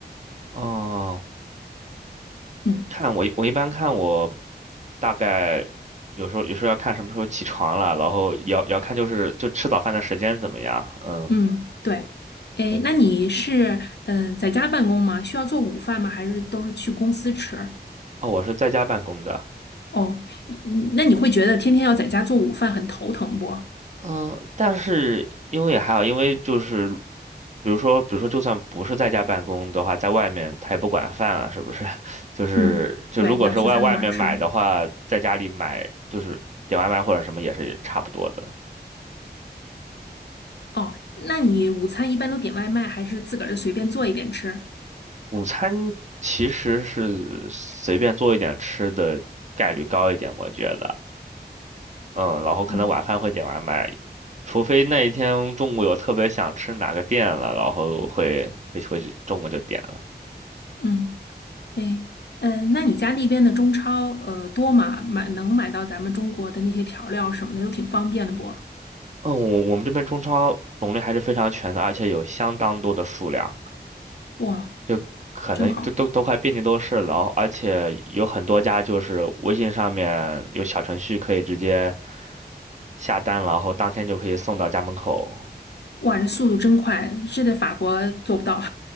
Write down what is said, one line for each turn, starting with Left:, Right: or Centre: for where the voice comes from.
Right: <laughs> 哦，
Left: 嗯
Right: 看我我一般看我大概有时候有时候要看什么时候起床了，然后也要也要看就是就吃早饭的时间怎么样。嗯，
Left: 嗯，对。哎，
Right: 对，
Left: 那你是嗯、呃在家办公吗？需要做午饭吗？还是都是去公司吃？
Right: 哦，我是在家办公的。
Left: 哦，你你那你会觉得天天要在家做午饭很头疼不？
Right: 嗯，但是因为也还好，因为就是，比如说，比如说，就算不是在家办公的话，在外面他也不管饭啊，是不是？<laughs> 就是就如果是外外面买的话，
Left: 嗯，对，你要去餐馆儿吃。
Right: 在家里买就是点外卖或者什么也是差不多的。
Left: 哦，那你午餐一般都点外卖，还是自个儿就随便做一点吃？
Right: 午餐其实是随便做一点吃的概率高一点，我觉得。嗯，然后可能晚饭会点外卖，
Left: 嗯
Right: 除非那一天中午有特别想吃哪个店了，然后会会会中午就点了。
Left: 嗯。哎，嗯，那你家那边的中超，呃，多吗？买能买到咱们中国的那些调料什么的，都挺方便的不？
Right: 嗯，我我们这边中超种类还是非常全的，而且有相当多的数量，
Left: 哇，
Right: 就可能都都都快遍地都是了。
Left: 真好！
Right: 而且有很多家就是微信上面有小程序可以直接下单，然后当天就可以送到家门口。
Left: 哇，这速度真快，这在法国做不到。